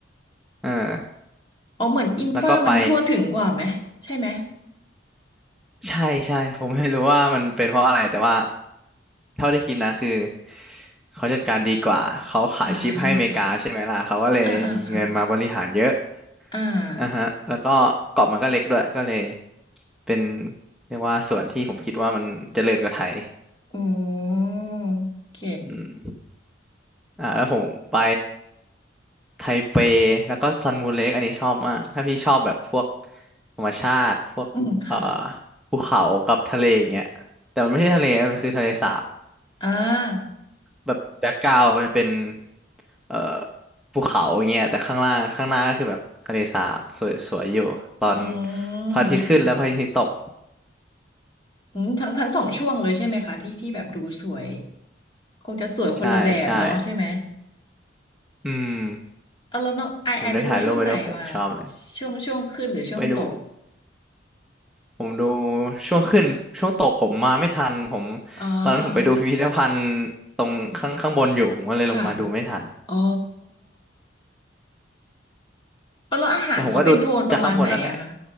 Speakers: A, in the centre; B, on the left.
A: เออ
B: อ๋อเหมือนอินฟ้ามันทั่วถึงกว่าไหมใช่ไหม
A: แล้วก็ไปใช่ใช่ผมไม่รู้ว่ามันเป็นเพราะอะไรแต่ว่าเท่าที่คิดนะคือเขาจัดการดีกว่าเขาขายชิปให้อเมริกาใช่ไหมล่ะเขาก็เลยมีเงินมาบริหารเยอะ
B: อ่าอ่าอ่าค่ะอ่า
A: อ่ะฮะแล้วก็เกาะมันก็เล็กด้วยก็เลยเป็นเรียกว่าส่วนที่ผมคิดว่ามันเจริญกว่าไทย
B: อืมโอเค
A: อืม อ่าแล้วผมไปไทเปแล้วก็ซันมูเล็กอันนี้ชอบมากถ้าพี่ชอบแบบพวกธรรมชาติพวกเอ่อ
B: อืมค่ะ
A: ภูเขากับทะเลอย่างเงี้ยแต่มันไม่ใช่ทะเลมันคือทะเลสาบ
B: อ่า
A: แบบแบ็กกราวจะเป็นเอ่อภูเขาอย่างเงี้ยแต่ข้างล่างข้างหน้าก็คือแบบทะเลสาบสวยสวยอยู่ตอน
B: อืมอืมอืมอืม
A: พระอาทิตย์ขึ้นและพระอาทิตย์ตก
B: อืมทั้งทั้งสองช่วงเลยใช่ไหมคะที่ที่แบบดูสวย คงจะสวยคนละแบบเนาะใช่ไหม
A: ใช่ใช่อืม
B: เอาแล้วน้องไอไอไปดูช่วงไหนมา
A: ผมได้ถ่ายรูปไว้ด้วยโหชอบเลย
B: ช่วงช่วงขึ้นหรือช่วงตก
A: ไปดู ผมดูช่วงขึ้นช่วงตกผมมาไม่ทันผม
B: อ๋อ
A: ตอนนั้นผมไปดูพิพิธภัณฑ์ตรงข้างข้างบนอยู่ผมก็เลยลงมาดูไม่ทัน
B: ค่ะอ๋อแล้วอาหารเขาเป็นโทนประมาณไหนอะคะ
A: แต่ผมก็ดูจากข้างบนนั่นแหละ